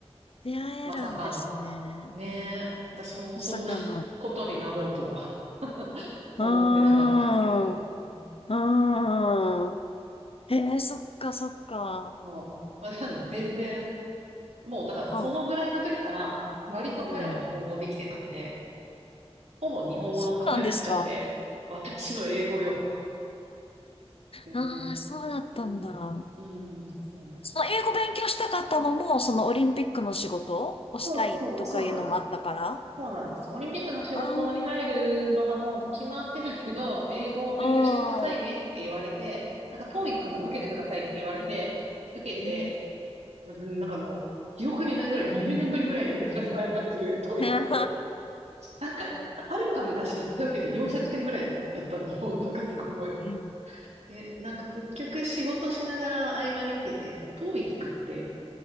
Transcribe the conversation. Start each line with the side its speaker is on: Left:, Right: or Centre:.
Left: 出会えるんですね。
Right: まさかの。ねえ、私もそんな
Left: まさかの。
Right: <laughs> ことになろうとは <laughs>
Left: うーん。
Right: 思ってなかったですけど。
Left: う
Right: うん
Left: ーん。へえ、そっかそっか。
Right: そう。まあ、じゃあ全然、もうだからそのぐらいの時から割と彼は日本語できてたんで、
Left: うん、うん。
Right: ほぼ日本語の会話になっちゃって、
Left: そうなんですか。
Right: 私の英語よ。全然。
Left: ああ、そうだったんだ。
Right: うん。うん、そうなんです。
Left: その英語勉強したかったのも、そのオリンピックの仕事をしたいとかいうのもあったから。
Right: そうそう、そうなんです。そうなんです。
Left: うん
Right: オリンピックの仕事に入るのがもう決まってたけど、
Left: う
Right: 英語を勉強してくださいねって言われて、
Left: ん、うん、
Right: なんか TOEIC も受けてくださいって言われて、受けて、
Left: うん、うん。
Right: うんなんかもう、記憶にないぐらい20年ぶりぐらいに受けたんじゃないかっていう TOEIC
Left: <laughs> うん。うん。
Right: を。なんか、はるか昔一回受けて400点ぐらいだったのを、なんかすごい覚
Left: う
Right: えて。で、なんか結局仕事しながら合間に受けて、TOEIC って